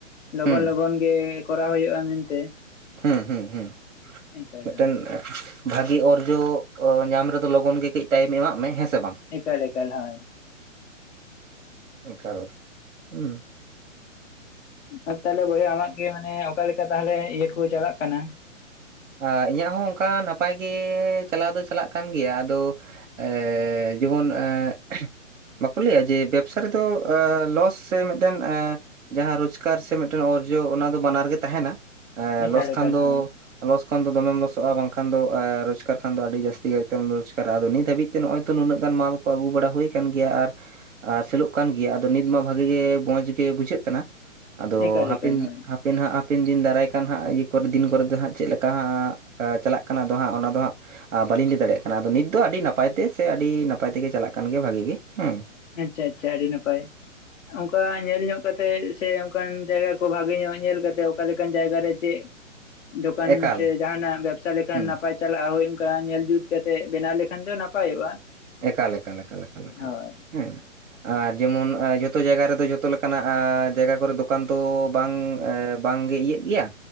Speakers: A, on the left; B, on the right.
A: ᱞᱚᱜᱚᱱ
B: ᱦᱩᱸ
A: ᱞᱚᱜᱚᱱ ᱜᱮ ᱠᱚᱨᱟᱣ ᱦᱩᱭᱩᱜᱼᱟ ᱢᱮᱱᱛᱮ।
B: ᱦᱩᱸ ᱦᱩᱸ ᱦᱩᱸ
A: ᱮᱠᱟᱞ
B: ᱢᱤᱫᱴᱮᱱ
A: ᱦᱳᱭ
B: ᱵᱷᱟᱜᱤ ᱚᱨᱡᱚ ᱧᱟᱢ ᱨᱮᱫᱚ ᱞᱚᱜᱚᱱ ᱜᱮ ᱠᱟᱹᱡ ᱴᱟᱭᱤᱢ ᱮᱢᱟᱜ ᱢᱮ ᱦᱮᱸ ᱥᱮ ᱵᱟᱝ।
A: ᱮᱠᱟᱞ ᱮᱠᱟᱞ ᱦᱳᱭ।
B: ᱮᱠᱟᱞ ᱦᱩᱸ।
A: ᱟᱨ ᱛᱟᱦᱚᱞᱮ ᱵᱚᱭᱦᱟ ᱟᱢᱟᱜ ᱜᱮ ᱢᱟᱱᱮ ᱚᱠᱟ ᱞᱮᱠᱟ ᱛᱟᱦᱚᱞᱮ ᱤᱭᱟᱹ ᱠᱚ ᱪᱟᱞᱟᱜ ᱠᱟᱱᱟ?
B: ᱟ ᱤᱧᱟᱹᱜ ᱦᱚᱸ ᱚᱱᱠᱟ ᱱᱟᱯᱟᱭ ᱜᱮ ᱪᱟᱞᱟᱣ ᱫᱚ ᱪᱟᱞᱟᱜ ᱠᱟᱱ ᱜᱮᱭᱟ ᱟᱫᱚ ᱮᱻ ᱡᱮᱢᱚᱱ ᱮᱜ ᱵᱟᱠᱚ ᱞᱟᱹᱭᱟ ᱡᱮ ᱵᱮᱵᱽᱥᱟ ᱨᱮᱫᱚ ᱮ ᱞᱚᱥ ᱥᱮ ᱢᱤᱫᱴᱮᱱ ᱮ ᱡᱟᱦᱟᱸ ᱨᱳᱡᱽᱠᱟᱨ ᱥᱮ ᱢᱤᱫᱴᱮᱱ ᱚᱨᱡᱚ ᱚᱱᱟ ᱫᱚ ᱵᱟᱱᱟᱨ ᱜᱮ ᱛᱟᱦᱮᱱᱟ
A: ᱮᱠᱟᱞ
B: ᱞᱚᱥ
A: ᱮᱠᱟᱞ
B: ᱠᱷᱟᱱ ᱫᱚ
A: ᱦᱳᱭ
B: ᱞᱚᱥ ᱠᱷᱚᱱ ᱫᱚ ᱫᱚᱢᱮᱢ ᱞᱚᱥᱚᱜᱼᱟ ᱵᱟᱝᱠᱷᱟᱱ ᱫᱚ ᱮ ᱨᱚᱡᱽᱜᱟᱨ ᱠᱷᱟᱱ ᱫᱚ ᱟᱹᱰᱤ ᱡᱟᱹᱥᱛᱤ ᱠᱟᱭᱛᱮᱢ ᱨᱚᱡᱽᱜᱟᱨᱟ ᱟᱫᱚ ᱱᱤᱛ ᱦᱟᱵᱤᱡ ᱛᱮ ᱱᱚᱜᱼᱚᱭ ᱛᱚ ᱱᱩᱱᱟᱹᱜ ᱜᱟᱱ ᱢᱟᱞ ᱠᱚ ᱟᱹᱜᱩ ᱵᱟᱲᱟ ᱦᱩᱭ ᱠᱟᱱ ᱜᱮᱭᱟ ᱟᱨ ᱟᱨ ᱥᱮᱞᱚᱜ ᱠᱟᱱ ᱜᱮᱭᱟ ᱟᱫᱚ ᱱᱤᱛ ᱢᱟ ᱵᱷᱟᱜᱮ ᱜᱮ ᱢᱚᱸᱡᱽ ᱜᱮ ᱵᱩᱡᱷᱟᱹᱜ ᱠᱟᱱᱟ। ᱟᱫᱚ
A: ᱮᱠᱟᱞ
B: ᱦᱟᱯᱮᱱ
A: ᱮᱠᱟᱞ ᱦᱳᱭ
B: ᱦᱟᱯᱮᱱ ᱦᱟᱜ ᱦᱟᱯᱮᱱ ᱫᱤᱱ ᱫᱟᱨᱟᱭ ᱠᱟᱱ ᱦᱟᱜ ᱤᱭᱟᱹ ᱠᱚᱨᱮ ᱫᱤᱱ ᱠᱚᱨᱮ ᱫᱚ ᱦᱟᱜ ᱪᱮᱫ ᱞᱮᱠᱟ? ᱠᱟ ᱦᱟᱜ ᱮ ᱪᱟᱞᱟᱜ ᱠᱟᱱᱟ ᱫᱚ ᱦᱟᱸᱜ ᱚᱱᱟ ᱫᱚ ᱦᱟᱸᱜ ᱵᱟᱹᱞᱤᱧ ᱞᱟᱹᱭ ᱫᱟᱲᱮᱭᱟᱜ ᱠᱟᱱᱟ ᱟᱫᱚ ᱱᱤᱛ ᱫᱚ ᱟᱹᱰᱤ ᱱᱟᱯᱟᱭ ᱛᱮ ᱥᱮ ᱟᱹᱰᱤ ᱱᱟᱯᱟᱭ ᱛᱮᱜᱮ ᱪᱟᱞᱟᱜ ᱠᱟᱱ ᱜᱮᱭᱟ ᱵᱷᱟᱹᱜᱤ ᱜᱮ ᱦᱮᱸ।
A: ᱟᱪᱪᱷᱟ ᱟᱪᱪᱷᱟ ᱟᱹᱰᱤ ᱱᱟᱯᱟᱭ। ᱚᱱᱠᱟ ᱧᱮᱞ ᱧᱚᱜ ᱠᱟᱛᱮᱜ ᱥᱮ ᱚᱱᱠᱟᱱ ᱡᱟᱭᱜᱟ ᱠᱚ ᱵᱷᱟᱜᱮ ᱧᱚᱜ ᱧᱮᱞ ᱠᱟᱛᱮᱫ ᱚᱠᱟᱞᱮᱠᱟᱱ ᱡᱟᱭᱜᱟ ᱨᱮ ᱪᱮᱫ ᱫᱚᱠᱟᱱ
B: ᱮᱠᱟᱞ
A: ᱥᱮ ᱡᱟᱦᱟᱱᱟᱜ ᱵᱮᱵᱥᱟ ᱞᱮᱠᱷᱟᱱ
B: ᱦᱮᱸ
A: ᱱᱟᱯᱟᱭ ᱪᱟᱞᱟᱜᱼᱟ ᱦᱳᱭ ᱚᱱᱠᱟ ᱧᱮᱞ ᱡᱩᱛ ᱠᱟᱛᱮᱜ ᱵᱮᱱᱟᱣ ᱞᱮᱠᱷᱟᱱ ᱫᱚ ᱱᱟᱯᱟᱭᱚᱜᱼᱟ᱾
B: ᱮᱠᱟᱞ ᱮᱠᱟᱞ ᱮᱠᱟᱞ ᱮᱠᱟᱞ ᱮᱠᱟᱞ
A: ᱦᱳᱭ
B: ᱦᱮᱸ᱾ ᱟᱨ ᱡᱮᱢᱚᱱ ᱡᱚᱛᱚ ᱡᱟᱭᱜᱟ ᱨᱮᱫᱚ ᱡᱷᱚᱛᱚ ᱞᱮᱠᱟᱱᱟᱜ ᱡᱟᱭᱜᱟ ᱠᱚᱨᱮ ᱫᱚᱠᱟᱱ ᱫᱚ ᱵᱟᱝ ᱵᱟᱝᱜᱮ ᱤᱭᱟᱹᱜ ᱜᱮᱭᱟ